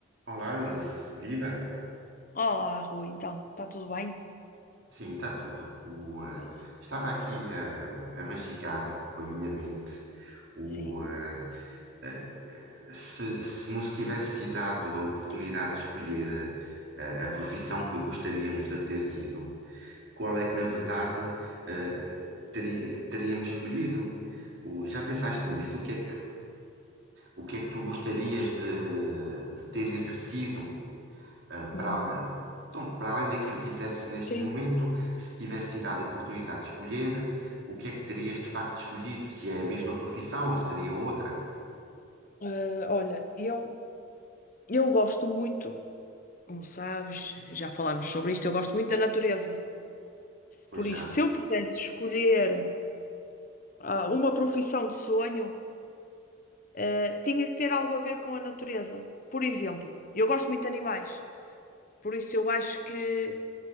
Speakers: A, on the right; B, on the left.
A: Olá, Eunice. Viva?
B: Olá, Rui, então, está tudo bem?
A: Sim, está tudo. O, eh,
B: Boa,
A: estava aqui a, a magicar com a minha mente o,
B: sim.
A: eh, eh, se, se nos tivesse sido dado a oportunidade de escolher eh, a, profissão que gostaríamos de ter tido, qual é que, na verdade, eh, teria- teríamos escolhido? O- já pensaste nisso? O que é que, o que é que tu gostarias de, de ter exercido? ah, para,
B: Uhum.
A: então, para além daquilo que quisesse neste
B: Sim,
A: momento, se tivesse dado a oportunidade de escolher, o que é que terias de facto escolhido? Se é a mesma profissão ou se seria outra?
B: Eh, olha, eu, eu gosto muito, como sabes, já falámos sobre isto, eu gosto muito da natureza.
A: Pois
B: Por isso,
A: já.
B: se eu pudesse escolher ah, uma profissão de sonho, eh, tinha que ter algo a ver com a natureza. Por exemplo, eu gosto muito de animais, por isso eu acho que